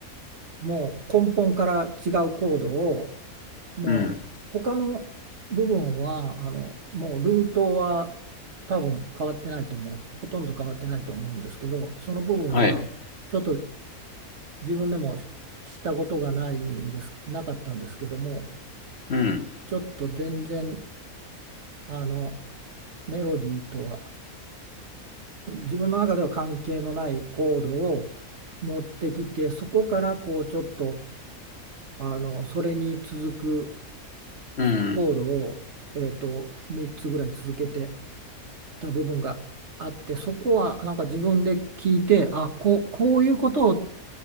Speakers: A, on the right (about 55°); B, on the left (about 45°).
A: もう根本から違うコードをもう他の部分はあのもうルートは
B: うん
A: 多分変わってないと思うほとんど変わってないと思うんですけどその部分はちょっと
B: はい
A: 自分でもしたことがないんですなかったんですけども
B: うん
A: ちょっと全然あのメロディーとは自分の中では関係のないコードを持ってきてそこからこうちょっとあのそれに続く
B: うん
A: コードを、えーと、3つぐらい続けて。た部分があってそこはなんか自分で聞いてあこう、こういうことを